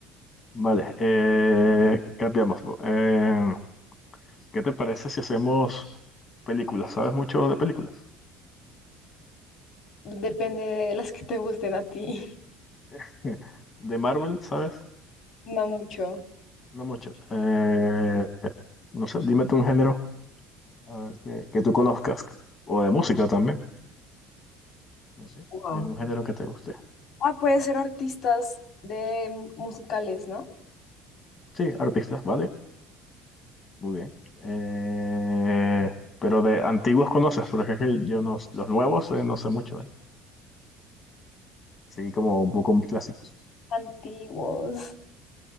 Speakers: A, on the left; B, on the left.
A: Vale, eh, cambiamos. Eh, ¿qué te parece si hacemos películas? ¿Sabes mucho de películas?
B: Depende de las que te gusten a ti. <laughs>
A: <laughs> De Marvel, ¿sabes?
B: No mucho.
A: No mucho. Eh, no sé, dime tú un género. A ver, que, que tú conozcas, o de música también, no sé,
B: Wow.
A: algún género que te guste.
B: Ah, puede ser artistas de musicales, ¿no?
A: Sí, artistas, ¿vale? Muy bien. Eh, pero de antiguos conoces, porque es que yo no, los nuevos eh, no sé mucho, ¿eh? Sí, como un poco clásicos.
B: Antiguos.